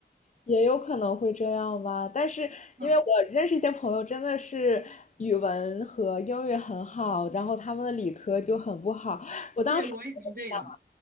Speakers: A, on the left (about 40°); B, on the right (about 55°).
A: 也有可能会这样吧。但是因为我认识一些朋友，
B: 嗯，
A: 真的是语文和英语很好，然后他们的理科就很不好。我当时就在想，
B: 对，我也是这样。